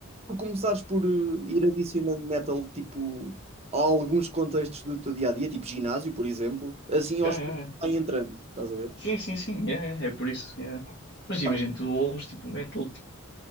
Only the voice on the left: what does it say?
Yeah, yeah,
yeah.
Sim, sim, sim, yeah, yeah, é por isso. yeah. Mas
imagina, tu ouves tipo metal